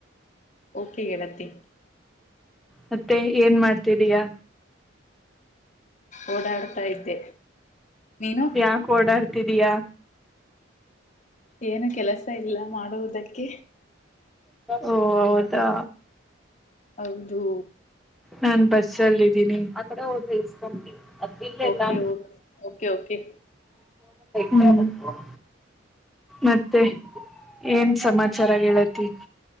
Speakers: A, on the left; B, in the centre.
A: ಓಕೆ ಗೆಳತಿ
B: ಮತ್ತೆ ಏನ್ ಮಾಡ್ತಿದಯಾ
A: ಓಡಾಡ್ತಾ ಇದ್ದೆ ನೀನು
B: ಯಾಕೆ ಓಡಾಡ್ತಿದಯಾ
A: ಏನು ಕೆಲಸ ಇಲ್ಲ ಮಾಡುವುದಕ್ಕೆ
B: ಓ ಹೌದಾ
A: ಹೌದು
B: ನಾನ್ ಬಸ್ಸ ಅಲ್ಲಿ ಇದ್ದೀನಿ <unintelligible> ಅದ ಇಿಲ್ಲ ಇಲ್ಲಾೆ
A: ಓಕೆ ಓಕೆ ಓಕೆ ಓಕೆ
B: ನಿ <unintelligible> ಮತ್ತೆ <unintelligible> ಏನ್ ಸಮಾಚಾರ ಗೆಳತಿ